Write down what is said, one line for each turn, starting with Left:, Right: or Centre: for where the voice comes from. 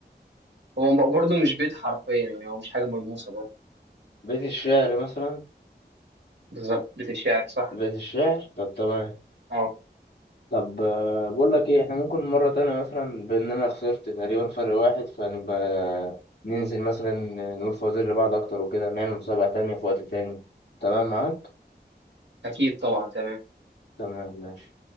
Right: هو برضو مش بيت حرفيا يعني هو مش حاجة ملموسة برضه
Left: بيت الشعر مثلا
Right: بالظبط بتشاعر صح
Left: بيت الشعر طب تمام
Right: اه
Left: طب آه، بقول لك ايه احنا ممكن مرة تانية مثلا بان انا خسرت تقريبا فرق واحد فنبقى ننزل مثلا نقول فوازير لبعض اكتر وكده نعمل مسابقة تانية في وقت تاني تمام معاك
Right: أكيد طبعا تمام
Left: تمام ماشي